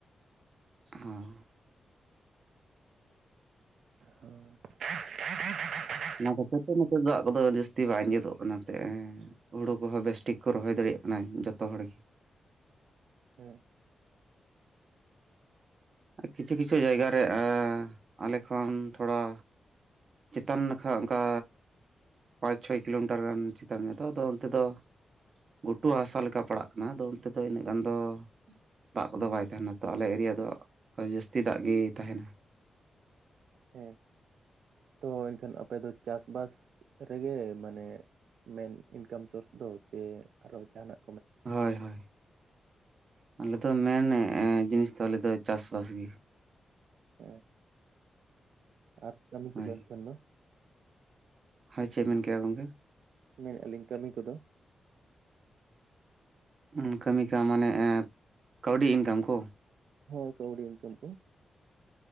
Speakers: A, on the right; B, on the right.
A: ᱦᱩᱸ᱾
B: ᱦᱳᱭ <unintelligible>
A: ᱚᱱᱟ ᱠᱷᱟᱹᱛᱤᱨ ᱛᱮ ᱱᱚᱛᱮ ᱫᱚ ᱫᱟᱜ ᱠᱚᱫᱚ ᱡᱟᱹᱥᱛᱤ ᱵᱟᱝ ᱟᱸᱡᱮᱫᱚᱜ ᱠᱟᱱᱟ ᱛᱮ, ᱦᱩᱲᱩ ᱠᱚᱦᱚᱸ ᱵᱮᱥᱴᱷᱤᱠ ᱠᱚ ᱨᱚᱦᱚᱭ ᱫᱟᱲᱤᱭᱟᱜ ᱠᱟᱱᱟ ᱡᱚᱛᱚ ᱦᱚᱲᱜᱤ᱾
B: ᱦᱮᱸ᱾
A: ᱠᱤᱪᱷᱩ ᱠᱤᱪᱷᱩ ᱡᱟᱭᱜᱟ ᱨᱮ ᱟᱻ ᱟᱞᱮ ᱠᱷᱚᱱ ᱛᱷᱚᱲᱟ ᱪᱮᱛᱟᱱ ᱱᱟᱠᱷᱟ ᱚᱝᱠᱟ ᱯᱟᱸᱪ ᱪᱷᱚᱭ ᱠᱤᱞᱳᱢᱤᱴᱟᱨ ᱜᱟᱱ ᱪᱮᱛᱟᱱ ᱫᱚ ᱟᱫᱚ ᱚᱱᱛᱮ ᱫᱚ ᱜᱷᱩᱴᱩ ᱦᱟᱥᱟ ᱞᱮᱠᱟ ᱯᱟᱲᱟᱜ ᱠᱟᱱᱟ, ᱟᱫᱚ ᱚᱱᱛᱮ ᱫᱚ ᱤᱱᱟᱹᱜ ᱜᱟᱱ ᱫᱚ, ᱫᱟᱜ ᱠᱚᱫᱚ ᱵᱟᱭ ᱛᱟᱦᱮᱸᱱᱟ ᱛᱚ ᱟᱞᱮ ᱮᱨᱤᱭᱟ ᱫᱚ ᱟᱹᱰᱤ ᱡᱟᱹᱥᱛᱤ ᱫᱟᱜ ᱜᱤ ᱛᱟᱦᱮᱸᱱᱟ᱾
B: ᱦᱮᱸ ᱛᱚ ᱮᱱᱠᱷᱟᱱ ᱟᱯᱮ ᱫᱚ ᱪᱟᱥ-ᱵᱟᱥ ᱨᱮᱜᱮ ᱢᱟᱱᱮ ᱢᱮᱱ ᱤᱱᱠᱟᱢ ᱥᱳᱨᱥ ᱫᱚ ᱪᱮ ᱟᱨᱚ ᱡᱟᱦᱟᱸᱱᱟᱜ
A: ᱦᱳᱭ ᱦᱳᱭ, ᱟᱞᱮ ᱫᱚ ᱢᱮᱱ ᱡᱤᱱᱤᱥ ᱫᱚ ᱛᱟᱞᱮ ᱫᱚ ᱪᱟᱥ-ᱵᱟᱥ ᱜᱮ᱾
B: ᱦᱮᱸ ᱟᱨ ᱠᱟᱹᱢᱤ
A: ᱦᱳᱭ
B: ᱠᱚᱫᱚ ᱮᱱᱠᱷᱟᱱ ᱫᱚ?
A: ᱦᱳᱭ ᱪᱮᱜ ᱢᱮᱱ ᱠᱮᱜᱼᱟ ᱜᱚᱝᱠᱮ?
B: ᱢᱮᱱᱮᱫᱼᱟ ᱞᱤᱧ ᱠᱟᱹᱢᱤ ᱠᱚᱫᱚ?
A: ᱦᱩᱸ ᱠᱟᱹᱢᱤᱠᱟ ᱢᱟᱱᱮ ᱠᱟᱹᱣᱰᱤ ᱤᱱᱠᱟᱢ ᱠᱚ?
B: ᱦᱳᱭ ᱠᱟᱹᱣᱰᱤ ᱤᱱᱠᱟᱢ ᱠᱳ?